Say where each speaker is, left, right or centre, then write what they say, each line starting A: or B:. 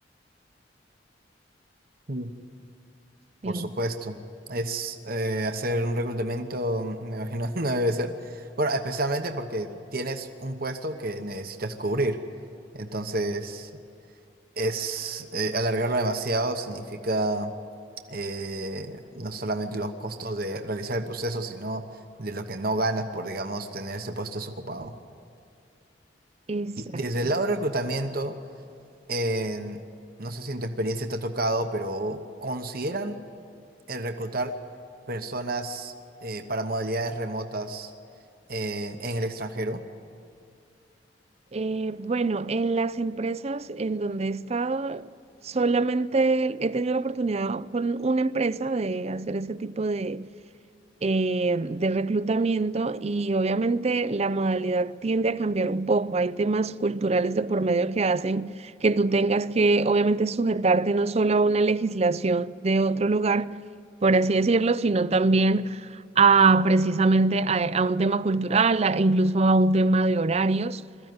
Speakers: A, on the right; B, on the right.
A: Mm.
B: Sí.
A: Por supuesto. Es eh, hacer un reclutamiento, me imagino, <laughs> no debe ser. Bueno, especialmente porque tienes un puesto que necesitas cubrir. Entonces, es eh, alargarlo demasiado significa eh, no solamente los costos de realizar el proceso, sino de lo que no ganas por, digamos, tener este puesto desocupado.
B: Exacto.
A: Y desde el lado de reclutamiento, en- no sé si en tu experiencia te ha tocado, pero ¿consideran el reclutar personas eh, para modalidades remotas en en el extranjero.
B: Eh, bueno, en las empresas en donde he estado, solamente he tenido la oportunidad con una empresa de hacer ese tipo de eh, de reclutamiento y obviamente la modalidad tiende a cambiar un poco. Hay temas culturales de por medio que hacen que tú tengas que obviamente sujetarte no solo a una legislación de otro lugar, por así decirlo, sino también a precisamente a, a un tema cultural, a- incluso a un tema de horarios.